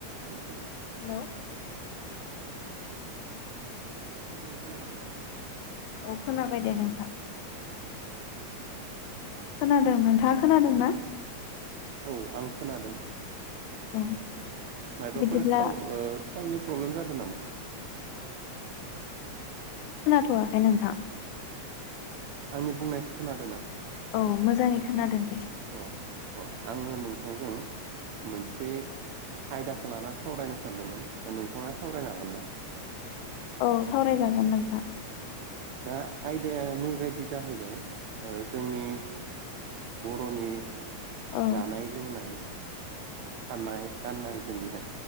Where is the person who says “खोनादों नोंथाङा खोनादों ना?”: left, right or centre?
Left